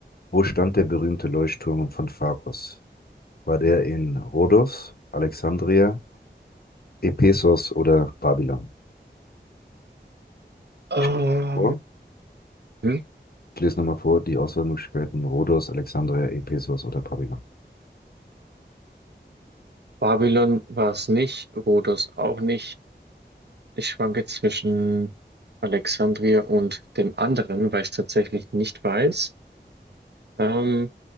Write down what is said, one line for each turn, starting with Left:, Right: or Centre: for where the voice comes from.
Left: Wo stand der berühmte Leuchtturm von Pharos? War der in Rhodos, Alexandria, Ephesos oder Babylon?
Right: Ähm,
Left: Ich lese nochmal vor.
Right: hm.
Left: Ich lese nochmal vor die Auswahlmöglichkeiten Rhodos, Alexandria, Ephesos oder Babylon.
Right: Babylon war es nicht, Rhodos auch nicht. Ich schwanke zwischen Alexandria und dem anderen, weil ich es tatsächlich nicht weiß. Ähm,